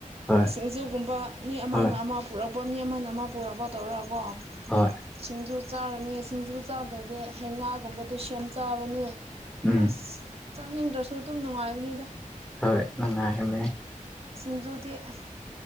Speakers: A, in the centre; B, on the right.
A: ꯍꯣꯏ
B: ꯁꯤꯡꯖꯨꯒꯨꯝꯕ ꯃꯤ ꯑꯃꯅ
A: ꯍꯣꯏ
B: ꯑꯃ ꯄꯨꯔꯛ ꯄ ꯃꯤ ꯑꯃꯅ ꯑꯃ ꯄꯨꯔꯛꯔꯕ ꯇꯧꯔꯀꯣ
A: ꯍꯣꯏ
B: ꯁꯤꯡꯖꯨ ꯆꯥꯔꯅꯤ ꯁꯤꯡꯖꯨ ꯆꯥꯗ꯭ꯔꯗꯤ ꯍꯩ ꯉꯥꯒꯨꯝꯕꯗꯣ ꯁꯦꯝ ꯆꯥꯕꯅꯤ
A: ꯎꯝ
B: ꯑꯁ꯫ ꯆꯥꯅꯤꯡꯗ꯭ꯔꯁꯨ ꯑꯗꯨꯝ ꯅꯨꯡꯉꯥꯏꯕꯅꯤꯗ꯫
A: ꯍꯣꯏ ꯅꯨꯡꯉꯥꯏꯕꯅꯦ꯫
B: ꯁꯤꯡꯖꯨꯗꯤ ꯑ